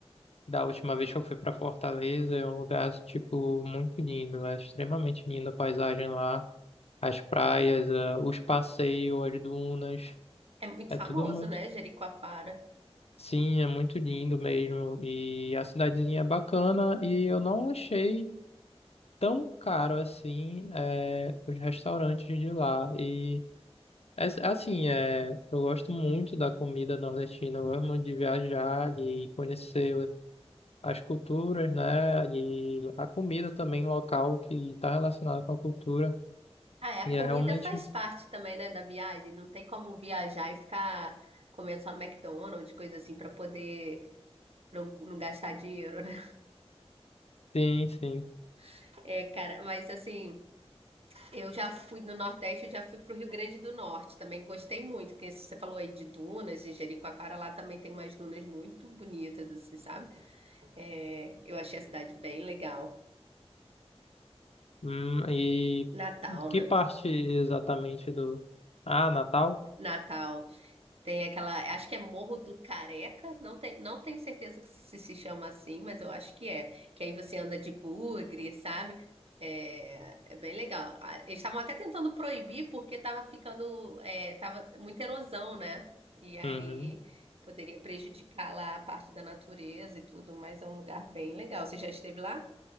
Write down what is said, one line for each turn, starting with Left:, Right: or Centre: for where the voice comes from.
Left: da última vez que eu fui pra Fortaleza, é um lugar tipo muito lindo, é extremamente linda a paisagem lá, as praias, é, os passeios, as dunas,
Right: é muito
Left: é
Right: famoso,
Left: tudo muito
Right: né, Jericoacoara?
Left: Sim, é muito lindo mesmo. E a cidadezinha é bacana e eu não achei tão caro assim é, os restaurantes de lá. E é, assim, é, eu gosto muito da comida nordestina, eu gosto muito de viajar, de conhecer as culturas, né? E a comida também local que está relacionada com a cultura.
Right: Ah, é, a
Left: E
Right: comida
Left: é realmente,
Right: faz parte também, né, da viagem. Não tem como viajar e ficar comendo só no McDonald's, coisa assim, pra poder não, não gastar dinheiro, né?
Left: sim, sim.
Right: <laughs> É, cara, mas assim, eu já fui no Nordeste, eu já fui pro Rio Grande do Norte, também gostei muito, porque você falou aí de dunas, de Jericoacoara, lá também tem umas dunas muito bonitas, assim, sabe? É, eu achei a cidade bem legal.
Left: Hum, e
Right: Natal,
Left: que
Right: né?
Left: parte exatamente do... Ah, Natal?
Right: Natal tem aquela, acho que é Morro do Careca, não, tem, não tenho certeza que se, se chama assim, mas eu acho que é. Que aí você anda de bugre, sabe? É, é bem legal. Ah, Eles estavam até tentando proibir porque estava ficando, é, tava muita erosão, né? E aí
Left: Uhum.
Right: poderia prejudicar lá a parte da natureza e tudo, mas é um lugar bem legal. Você já esteve lá?